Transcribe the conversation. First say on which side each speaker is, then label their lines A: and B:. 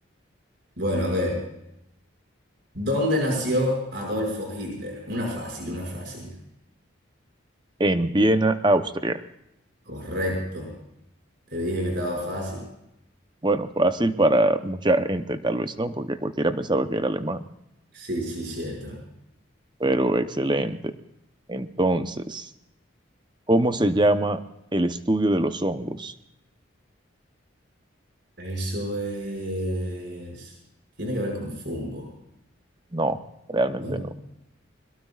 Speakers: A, on the right; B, on the right.
A: Bueno, a ver, ¿dónde nació Adolfo Hitler? Una fácil, una fácil.
B: En Viena, Austria.
A: Correcto. Te dije que estaba fácil.
B: Bueno, fácil para mucha gente, tal vez no, porque cualquiera pensaba que era alemán,
A: Sí, sí, cierto.
B: pero excelente. Entonces, ¿Cómo se llama el estudio de los hongos?
A: Eso es... Tiene que ver con fungo,
B: No, realmente
A: ¿no?
B: no.